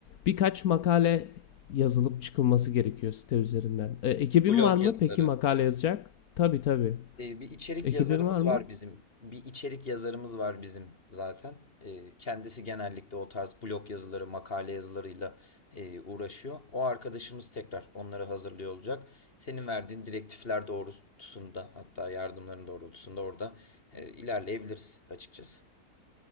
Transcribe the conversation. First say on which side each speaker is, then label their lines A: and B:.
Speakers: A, on the left; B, on the left.
A: birkaç makale yazılıp çıkılması gerekiyor site üzerinden. E, ekibin
B: Blog
A: var mı?
B: yazıları.
A: Peki makale yazacak? Tabii tabii.
B: E, bir içerik
A: Ekibin
B: yazarımız
A: var mı?
B: var bizim. Bir içerik yazarımız var bizim zaten. E, kendisi genellikle o tarz blog yazıları, makale yazılarıyla e, uğraşıyor. O arkadaşımız tekrar onları hazırlıyor olacak. Senin verdiğin direktifler doğrultusunda hatta yardımların doğrultusunda orada e, ilerleyebiliriz açıkçası.